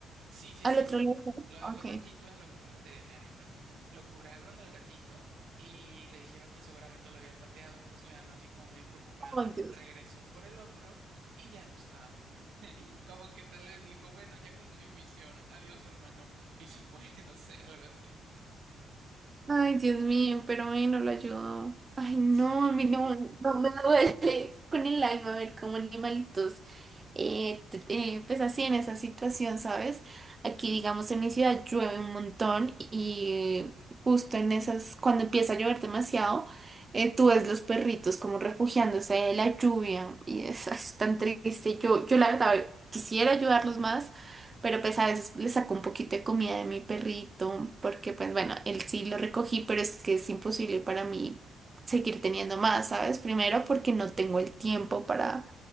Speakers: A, on the right; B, on the right.
A: Sí, sí,
B: ¿Al
A: sí,
B: otro
A: sí.
B: lo dejo ahí?
A: Lo dejó tantito
B: Ok.
A: en lo que fue el veterinario, ¿no? Lo curaron al gatito y le dijeron que seguramente lo habían pateado. Entonces mi mamá, así como muy preocupada,
B: Oh, Dios.
A: regresó por el otro y ya no estaba. <laughs> Como que tal vez dijo, bueno, ya cumplí mi misión, adiós, hermano, y se fue, <laughs> no sé, algo así.
B: Ay, Dios mío, pero a mí no lo ayudó. Ay, no,
A: Sí.
B: a mí no, no me duele <laughs> con el alma ver cómo animalitos, eh, t- eh, pues así en esa situación, ¿sabes? Aquí, digamos, en mi ciudad llueve un montón y justo en esas, cuando empieza a llover demasiado, eh, tú ves los perritos como refugiándose de la lluvia y es, es tan triste. Yo, yo la verdad quisiera ayudarlos más pero pues a veces le saco un poquito de comida de mi perrito, porque pues bueno, él sí lo recogí, pero es que es imposible para mí seguir teniendo más, ¿sabes? Primero porque no tengo el tiempo para